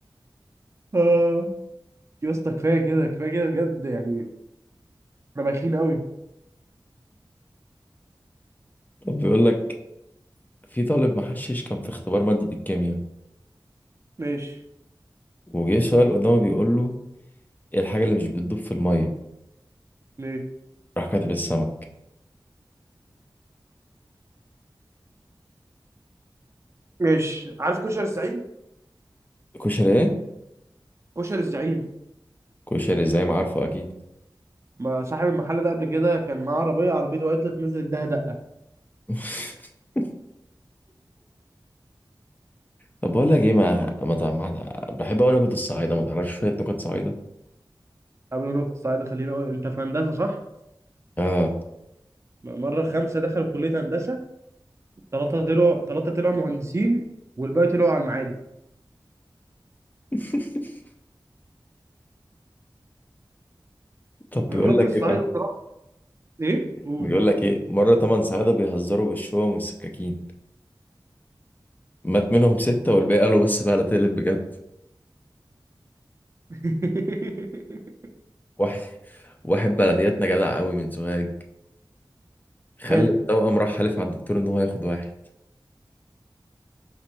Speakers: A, on the right (about 35°); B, on the left (about 20°).
A: اه يا اسطى كفايه كده كفايه كده بجد يعني احنا بايخين قوي
B: طب بيقول لك في طالب محشش كان في اختبار مادة الكيمياء
A: ماشي
B: وجه سؤال قدامه بيقول له ايه الحاجة اللي مش بتدوب في المية
A: ماشي
B: راح كاتب السمك
A: ماشي عارف كشري الزعيم
B: كشري ايه
A: كشري الزعيم
B: كشري زي ما عارفه اكيد
A: ما صاحب المحل ده قبل كده كان معاه عربيه عربيته وقعت نزلت اداها دقه
B: <laughs> طب بقول لك ايه ما ما تع- ما- بحب اقول نكت الصعايده ما تعرفش شويه نكت صعايده
A: قبل ما نروح الصعيد خليني اقول انت في هندسه صح
B: اه
A: مره خمسه دخلوا كليه هندسه ثلاثة طلعوا ثلاثة طلعوا مهندسين والباقي طلعوا على المعادي
B: <laughs> طب بيقول
A: الراجل
B: لك
A: الصعايدة
B: ايه بقى
A: بصراحة ايه؟
B: بيقول
A: قول
B: لك ايه مره ثمان صعايده بيهزروا بالشوم والسكاكين مات منهم سته والباقي قالوا بس بقى لا تقلب بجد
A: <laughs>
B: واحد واحد بلدياتنا جدع قوي من سوهاج خلى
A: حلو
B: التوأم راح حلف على الدكتور ان هو هياخد واحد